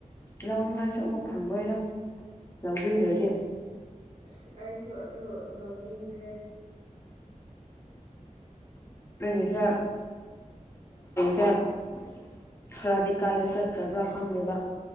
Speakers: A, on the left; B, on the right.
A: ꯂꯥꯎꯅꯤꯡꯉꯥꯏꯁꯨ ꯑꯃꯨꯛ ꯐꯪꯉꯣꯏꯗꯣ ꯂꯧꯕꯤꯗ꯭ꯔꯗꯤ
B: ꯑꯁ ꯑꯩꯁꯨ ꯑꯗꯨ ꯂꯧꯅꯤꯡꯈ꯭ꯔꯦ
A: ꯑꯩꯒꯤꯁꯦ <unintelligible> ꯈꯔꯗꯤ ꯀꯥꯏꯔ ꯆꯠꯈ꯭ꯔꯕ꯭ꯔꯥ ꯈꯪꯗꯦꯕ